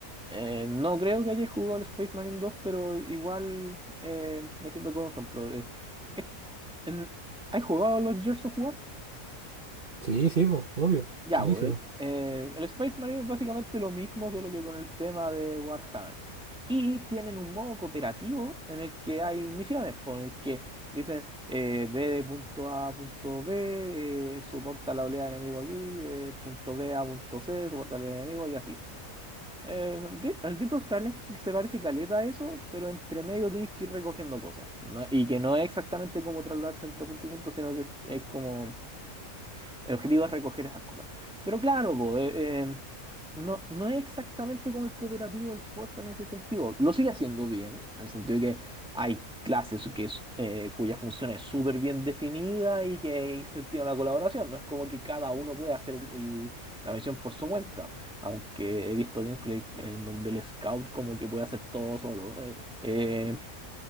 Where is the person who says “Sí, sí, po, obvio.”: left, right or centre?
Right